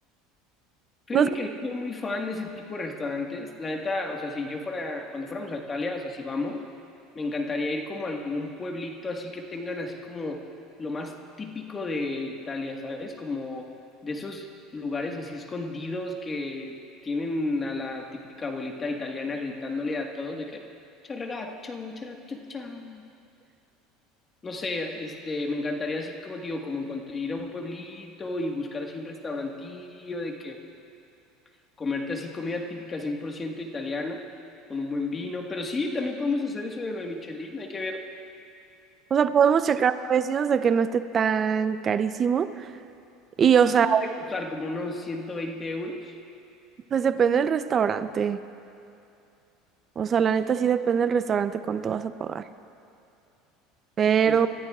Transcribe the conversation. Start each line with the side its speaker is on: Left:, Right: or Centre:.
Left: Fíjate
Right: No sé,
Left: que no soy muy fan de ese tipo de restaurantes. La neta, o sea, si yo fuera, cuando fuéramos a Italia, o sea, si vamos, me encantaría ir como a algún pueblito así que tengan así como lo más típico de Italia, ¿sabes? Como de esos lugares así escondidos que tienen a la típica abuelita italiana gritándole a todos de que, "Ciao, ragazzo, chara, cha, cha". No sé, este, me encantaría así como te digo, como encont- ir a un pueblito y buscar así un restaurantillo de que comerte así comida típica 100% italiana, con un buen vino, pero sí, también podemos hacer eso de lo de Michelin, hay que ver,
Right: o sea, podemos checar precios de que no esté tan carísimo. Y, o
Left: pues,
Right: sea,
Left: ¿qué puede costar como unos 120 euros,
Right: pues depende del restaurante. O sea, la neta sí depende del restaurante cuánto vas a pagar. Pero,
Left: pues